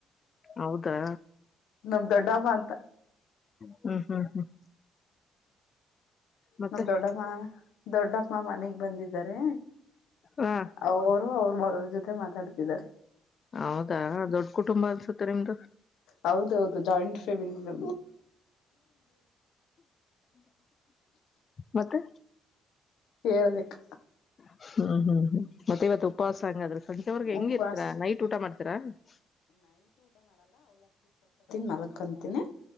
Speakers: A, on the left (about 45°); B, on the left (about 80°).
A: ಹೌದಾ
B: ನಮ ದೊಡ್ಡ ಅಮ್ಮ ಅಂತ.
A: ಹ್ಮ್ ಹ್ಮ್ ಹ್ಮ್. ಮತ್ತೆ
B: ನಮ ದೊಡ್ಡಮ್ಮ ದೊಡ್ಡಮ್ಮ ಮನೆಗ್ ಬಂದಿದ್ದಾರೆ.
A: ಹಾ
B: ಅವರು ಅವ್ರ ಮಗ್ರ ಜೊತೆ ಮಾತಾಡ್ತಿದ್ದಾರೆ
A: ಹೌದಾ ದೊಡ್ಡ ಕುಟುಂಬ ಅನ್ಸುತ್ತೆ ನಿಮ್ದು
B: ಹೌದೌದು ಜಾಯಿಂಟ್ ಫ್ಯಾಮಿಲಿ
A: ಮತ್ತೆ
B: ಹೇಳ್ಬೇಕ
A: <unintelligible>
B: ಉಪವಾಸ ಮಕಂತಿನಿ